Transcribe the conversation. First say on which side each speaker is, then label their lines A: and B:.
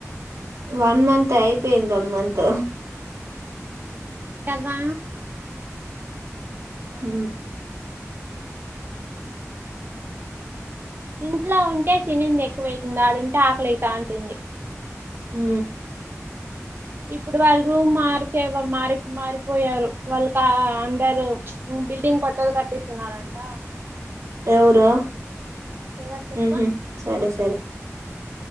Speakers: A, on the right; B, on the right.
A: వన్ మంత్ అయిపోయింది వన్ మంత్
B: కదా
A: హ
B: ఇంట్లో ఉంటే తనింది ఎక్కువైతుంది ఆడవుంటే ఆకలితా ఉంటుంది
A: ఉ
B: ఇప్పుడు వాళ్ళు మార్చే మారి మారిపోయారు వాళ్ళు అందరు బిల్డింగ్ కొత్తది కట్టిస్తున్నారంట
A: ఎవరు
B: ఎవరు చెప్పు
A: ఉహు సరే సరే